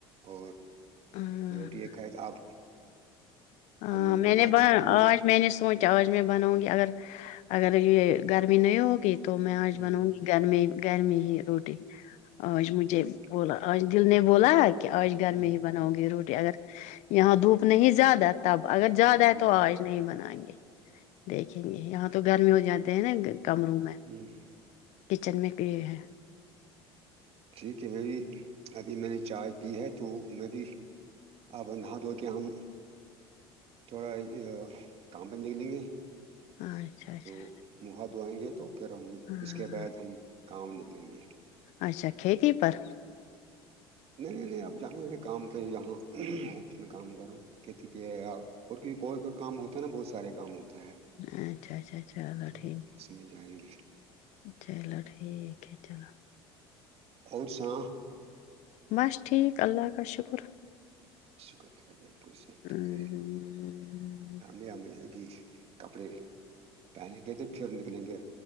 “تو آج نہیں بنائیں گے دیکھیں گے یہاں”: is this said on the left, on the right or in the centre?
Left